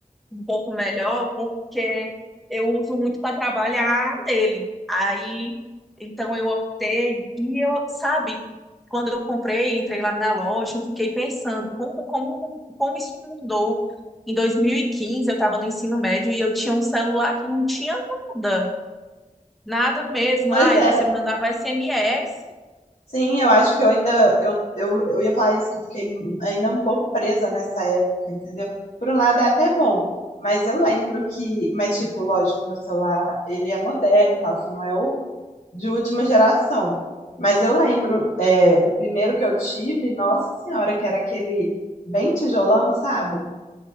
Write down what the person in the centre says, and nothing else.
um pouco melhor porque eu uso muito para trabalhar nele. Aí, então eu optei e eu, sabe, quando eu comprei, entrei lá na loja, eu fiquei pensando como como como isso mudou. Em 2015 eu estava no ensino médio e eu tinha um celular que não tinha nada, nada mesmo.
Ah,
você mandava SMS